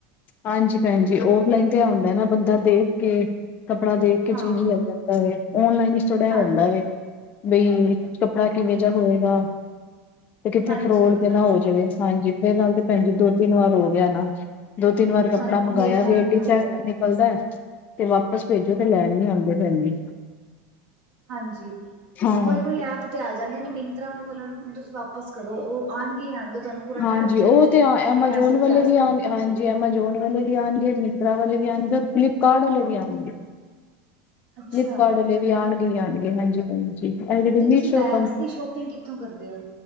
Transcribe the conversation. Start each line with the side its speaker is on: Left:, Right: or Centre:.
Left: ਹਾਂਜੀ ਭੈਣਜੀ, ਔਫਲਾਈਨ ਤੇ ਏ ਹੋਂਦਾ ਨਾ ਬੰਦਾ ਦੇਖ ਕੇ ਕੱਪੜਾ ਦੇਖ ਕੇ
Right: ਹਾਂ
Left: ਚੀਜ਼ ਲੈ ਲੈਂਦਾ ਵੈ, ਔਨਲਾਈਨ ਵਿੱਚ ਥੋੜਾ ਏਹ
Right: ਹਾਂਜੀ,
Left: ਹੁੰਦਾ ਵੈ ਬਈ, ਕੱਪੜਾ ਕਿਵੇਂ ਜਹਾ ਹੋਏਗਾ। ਤੇ ਕਿੱਥੇ
Right: ਹਾਂਜੀ,
Left: ਫਰੋਡ ਤੇ ਨਾ ਹੋ ਜਾਵੇ, ਹਾਂਜੀ ਮੇਰੇ ਨਾਲ ਤੇ ਭੈਣ ਜੀ, ਦੋ ਤਿੰਨ ਵਾਰ ਹੋ ਗਿਆ ਨਾ। ਦੋ ਤਿੰਨ ਵਾਰ ਕੱਪੜਾ
Right: ਹਾਂ
Left: ਮੰਗਾਇਆ
Right: ਮੇਰੇ ਨਾਲ
Left: ਵੈ, ਤੇ
Right: ਵੀ
Left: ਡੀਫੈਕਟ
Right: ਹੋ ਗਿਆ
Left: ਨਿਕ ਬਸ, ਤੇ ਵਾਪਿਸ ਭੇਜੋ ਤੇ ਲੈਣ ਨੀ ਆਦੇ, ਭੈਣਜੀ।
Right: ਹਾਂਜੀ,
Left: ਹਾਂ
Right: ਕੋਈ ਕੋਈ ਐਪ ਤੇ ਆ ਜਾਂਦੇ ਨੇ, ਮਯੰਤਰਾ ਵਾਲੇ ਨੂੰ ਹੁਣ ਤੁਸੀਂ ਵਾਪਸ ਕਰੋ, ਔ ਆਣਗੇ ਹੀ ਆਣਗੇ। ਤੁਹਾਨੂੰ ਪੂਰਾ
Left: ਹਾਂਜੀ,
Right: ਟਾਈਮ ਦਿੰਦੇ
Left: ਉਹ
Right: ਨੇ
Left: ਤੇ ਆ
Right: ਕਿ ਇੰਨੇ
Left: ਐਮਾਜੋਨ
Right: ਟਾਈਮ ਚ ਤੇ
Left: ਵਾਲੇ
Right: ਆ ਜਾਣਗੇ
Left: ਵੀ ਲੇਨ ਆਣ ਜੇ ਐਮਾਜੋਨ ਵਾਲੇ ਵੀ ਆਣਗੇ, ਮਯੰਤਰਾ ਵਾਲੇ ਵੀ ਆਣਗੇ, ਔਰ ਫਲਿਪਕਾਰਟ ਵਾਲੇ ਵੀ ਆਣਗੇ।
Right: ਅੱਛਾ
Left: ਫਲਿੱਪਕਾਰਟ ਵਾਲੇ ਵੀ ਆਉਣਗੇ ਹੀ ਆਣਗੇ, ਹਾਂਜੀ। ਐਂਜ ਦਿੰਦੀ
Right: ਤੇ ਤੁਸੀਂ
Left: ਮਿਸੋ
Right: ਬੈਗਸ
Left: ਕੰਮ,
Right: ਦੀ ਸ਼ੋਪਿੰਗ ਕਿੱਥੋਂ ਕਰਦੇ ਹੋ?